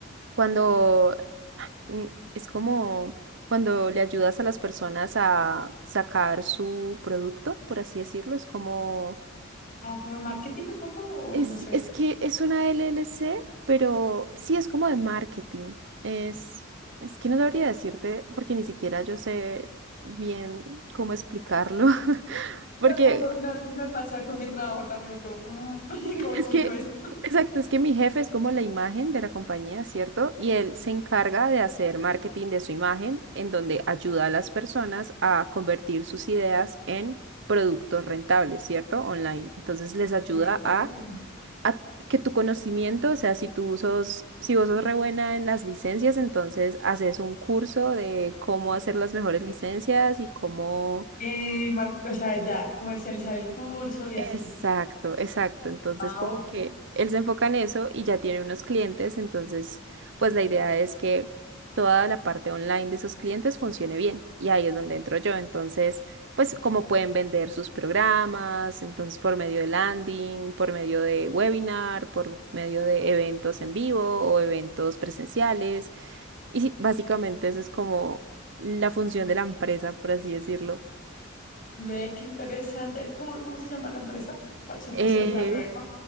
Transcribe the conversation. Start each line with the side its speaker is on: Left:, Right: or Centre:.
Right: cuando mm, es como cuando le ayudas a las personas a sacar su producto, por así decirlo. Es como
Left: ¿Como marketing un poco o
Right: es,
Left: no sé?
Right: es que es una LLC, pero sí es como de marketing. Es, es que no sabría decirte porque ni siquiera yo sé bien cómo explicarlo. <laughs> Porque
Left: Tampoco, no, sí me pasa con mi trabajo también, es como, mm, <laughs>
Right: Sí,
Left: ¿cómo
Right: es
Left: explico
Right: que,
Left: esto?
Right: exacto, es que mi jefe es como la imagen de la compañía, ¿cierto? Y él se encarga de hacer marketing de su imagen, en donde ayuda a las personas a convertir sus ideas en productos rentables, ¿cierto? Online. Entonces les ayuda
Left: Mira, pues.
Right: a, a que tu conocimiento, o sea, si tú sos, si vos sos re buena en las licencias, entonces haces un curso de cómo hacer las mejores licencias y cómo
Left: Eh, mar- o sea, ya, comercializar el curso y
Right: Exacto,
Left: así.
Right: exacto. Entonces,
Left: Wow,
Right: como que él se enfoca en eso y ya tiene unos clientes, entonces, pues la idea es que toda la parte online de esos clientes funcione bien y ahí es donde entro yo. Entonces, pues cómo pueden vender sus programas, entonces por medio de landing, por medio de webinar, por medio de eventos en vivo o eventos presenciales. Y sí, básicamente eso es como la función de la empresa, por así decirlo.
Left: ve qué interesante. ¿Cómo, cómo se llama la empresa? Para chismosearla
Right: Eh,
Left: luego.